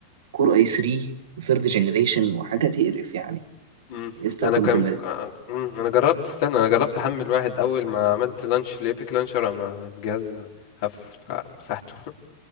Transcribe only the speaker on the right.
كور اي 3 وثيرد جنريشن وحاجه تقرف يعني
لسه
كنت
منزل